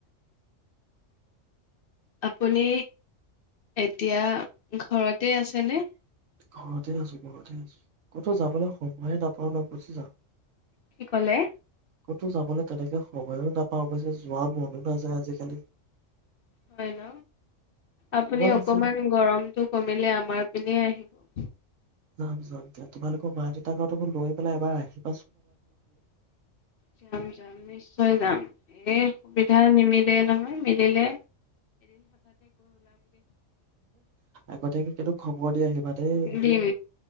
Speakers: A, on the left (about 55°); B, on the right (about 85°).
A: আপুনি, এতিয়া ঘৰতে আছেনে?
B: ঘৰতে আছোঁ, ঘৰতে আছোঁ। ক'তো যাবলৈ সময়ে নাপাওঁ ন! বুজিছা।
A: কি ক'লে?
B: ক'তো যাবলৈ তেনেকে সময়ো নাপাওঁ, অৱশ্যে যোৱা মনো নাযায় আজিকালি।
A: হয় ন! আপুনি
B: মন
A: অকমান
B: আছিলে
A: গৰমতটো কমিলে আমাৰ পিনে আহি
B: যাম, যাম দিয়া। তোমালোকৰ মা দেউতাহঁতকো লৈ পেলাই এবাৰ আহি
A: যাম, যাম, নিশ্চয় যাম। এই সুবিধা নিমিলে নহয়। নি দিলে।
B: আগতিয়াকে কিন্তু খবৰ দি আহিবা দেই।
A: দিম